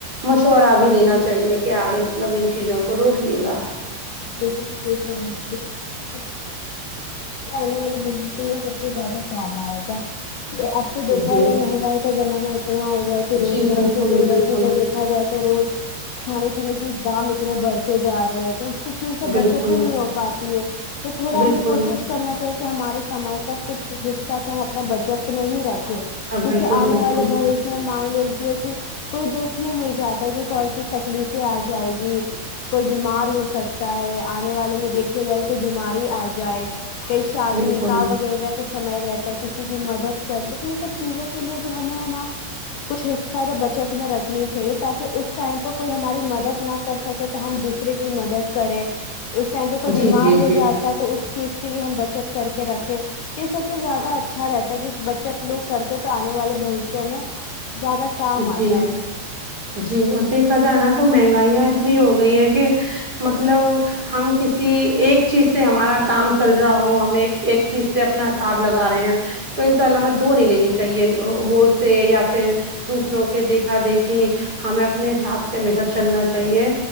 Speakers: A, on the right (about 25°); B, on the left (about 70°).
A: مشورہ بھی دینا چاہیے کے آگے مطلب ان چیزوں کو روکیے گا
B: <unintelligible> آنے والے بھاوشیہ میں سب سے زیادہ کام آئے گا اب تو دیکھا
A: جی
B: جائے مہنگائی کا زمانا اتنا ہوگا کہ روز
A: جی
B: مرہ
A: بالکل
B: کی زندگی
A: بالکل
B: میں دیکھ کہا جائے تو روز کھانے پینے کے دام اتنے بڑھتے جا رہے ہیں تو چیز سے
A: بالکل
B: بچت ہی نہیں ہو پاتی ہے تو تھوڑا
A: بالکل
B: ہمیں کوشش کرنا چاہیے کہ ہماری کمائی کا کچھ حصہ تو ہم اپنا بچت میں ہی رکھیں کیونکہ
A: ہاں بالکل
B: آنے
A: بالکل
B: والے بھاوشیہ مان لیجیے کہ کوئی دیکھنے نہیں جاتا کہ کون سی تکلیفیں آ جائے گی کوئی بیمار ہو سک ہے آنے والے میں دیکھے جائے کوئی بیماری آ جائے کہیں شادی
A: بالکل
B: نکاح وغیرہ کا سمے رہتا ہے کسی کی مدد کر دو ان سب چیزوں کے لیے بھی ہمیں ہے نا کچھ حصہ تو بچت میں رکھنی چاہیے تاکہ اس ٹائم پے کوئی ہماری مدد نہ کر سکے ہم دوسرے کی مدد کریں اس ٹائم پہ کوئی بیمار
A: جی جی
B: ہو
A: جی
B: جات تو اس چیز کے لیے ہم بچت کر کے رکھے یہ سب سے زیادہ اچھا رہتا ہے کہ بچت لوگ کرتے تو آنے والے بوشیہ میں زیادہ کام
A: جی
B: آتا ہے
A: جی اور دیکھا جائے نا تو مہنگائیاں اتنی ہو گئی ہیں کہ مطلب ہم کسی ایک چیز سے ہمارا کام چل رہا ہو ہم ایک ایک چیز سے اپنا حساب لگا رہے ہیں تو ان شاء اللہ ہمیں دو نہیں لینی چاہیے ہو سے یا پھر دوسروں کے دیکھا دیکھی ہمیں اپنے حساب سے ہمیشہ چلنا چاہیے